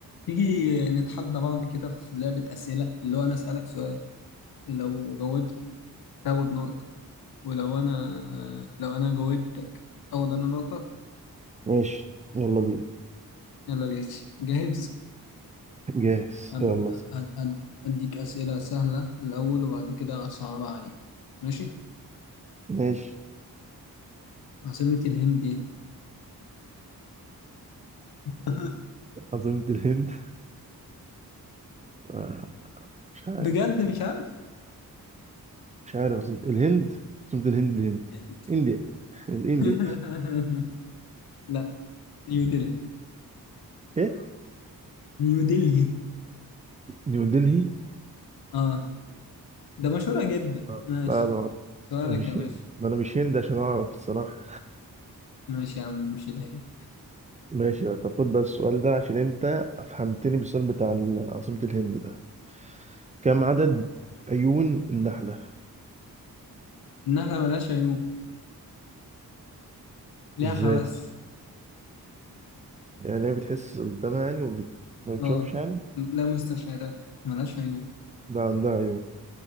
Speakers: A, on the left; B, on the right.
A: تيجي نتحدى بعض كده في لعبة أسئلة اللي هو أنا أسألك سؤال لو جاوبت تاخد نقطة ولو أنا لو أنا جاوبتك أخد أنا نقطة
B: ماشي يلا بينا
A: يلا بينا جاهز
B: جاهز
A: أب...
B: يلا
A: أ- أ- أديك أسئلة سهلة الأول وبعد كده صعبة عليك ماشي
B: ماشي
A: عاصمة الهند إيه؟ <laughs>
B: عاصمة الهند آه، مش عارف
A: بجد مش عارف
B: مش عارف عاصمة الهند عاصمة الهند الهند
A: هند
B: انديا <laughs> الانديا
A: <laughs> لا نيو دلهي
B: ايه
A: نيو دلهي
B: نيو دلهي
A: اه ده مشهورة جدا
B: آه،
A: ماشي
B: لا لا
A: سؤالك
B: أنا مش
A: يا باشا
B: هند ما انا مش هند عشان اعرف الصراحة
A: ماشي يا عم مش الهند
B: ماشي طب خد بقى السؤال ده عشان انت افهمتني بالسؤال بتاع ال- عاصمة الهند ده كم عدد عيون النحلة
A: النحلة ملهاش عيون ليها
B: ازاي
A: حواس
B: ده؟ يعني هي بتحس قدامها يعني وما بتشوفش
A: اه
B: يعني
A: م- لا مستشعرات ملهاش عيون
B: ده عندها عيون